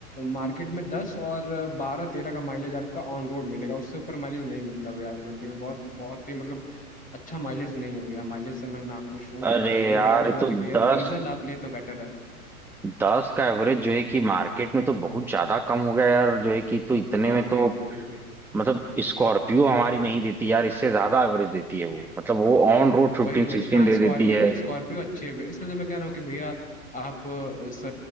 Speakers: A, on the left (about 20°); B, in the centre.
A: मार्केट में दस और बारह तेरह का माइलेज आपका ऑन रोड मिलेगा उससे ऊपर माइलेज नहीं मिलता भैया आई ट्वेंटी में बहुत बहुत ही मतलब अच्छा माइलेज नहीं है भैया माइलेज से मैं नाखुश हूँ
B: अरे
A: और यही
B: यार
A: राय दूंगा
B: ये तो
A: कि भैया
B: दस
A: डीजल आप लें तो बेटर है
B: दस का एवरेज जो है कि मार्केट में तो बहुत ज्यादा कम हो गया यार जो है कि तो इतने
A: हाँ
B: में
A: वही
B: तो
A: वही वही
B: मतलब स्कॉर्पियो हमारी नहीं देती यार इससे ज्यादा एवरेज देती है वो मतलब वो ऑन रोड
A: तो
B: फिफ्टीन
A: वही वही
B: सिक्सटीन
A: हाँ
B: दे
A: स्कॉर्पियो
B: देती है
A: स्कॉर्पियो अच्छी है इसलिए तो मैं कह रहा हूँ कि भैया आप अ, स,